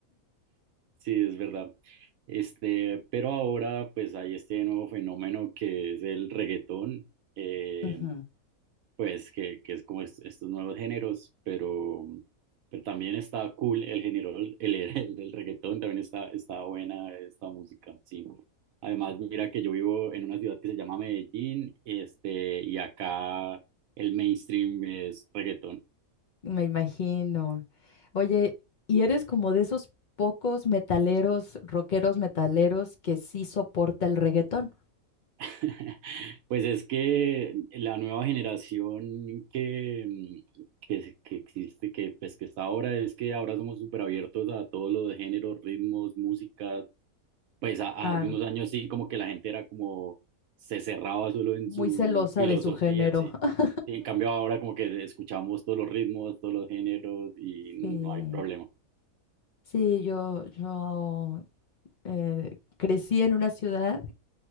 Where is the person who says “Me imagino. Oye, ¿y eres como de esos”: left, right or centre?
Left